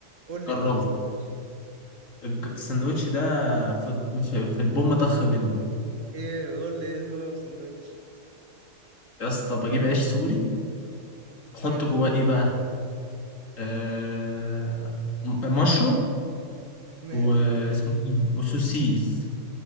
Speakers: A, on the right (about 70°); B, on the left (about 80°).
A: قول لي
B: جربه
A: يا باشا سندوتش
B: الج- السندوتش ده في في, في البوم طخ منه
A: ايه قول لي ايه هو سندوتش
B: يا اسطى بجيب عيش سوري بحط
A: حلو
B: جواه ايه بقى آه م- مشروم
A: ماشي
B: واسمه إيه؟ وسوسيس